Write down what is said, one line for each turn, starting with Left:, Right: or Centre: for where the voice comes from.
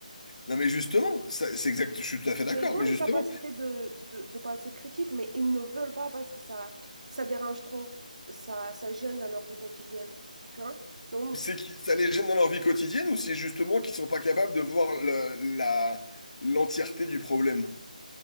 Left: Non mais justement, ça- c'est exact, je suis tout à fait d'accord,
Right: Mais ils ont
Left: mais justement,
Right: les capacités de, de, de pensée critique, mais ils ne veulent pas parce que ça, ça dérange trop, ça, ça gêne dans leur vie quotidienne, tu vois? Donc,
Left: c'est que ça les gêne dans leur vie quotidienne ou c'est justement qu'ils sont pas capables de voir le- la, l'entièreté du problème?